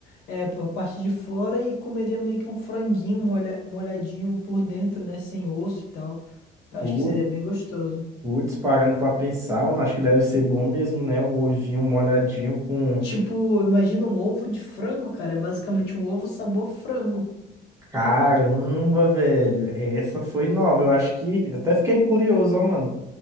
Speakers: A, on the left; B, on the right.
A: é, a parte de fora e comeria meio que um franguinho molha, molhadinho por dentro, né, sem osso e tal. Eu
B: Putz,
A: acho que seria bem gostoso.
B: putz, parando pra pensar, mano, acho que deve ser bom mesmo, né? Um ovinho molhadinho com.
A: Tipo, imagina um ovo de frango, cara, é basicamente um ovo sabor frango.
B: Caramba, velho, essa foi nova. Eu acho que. Até fiquei curioso, ó, mano.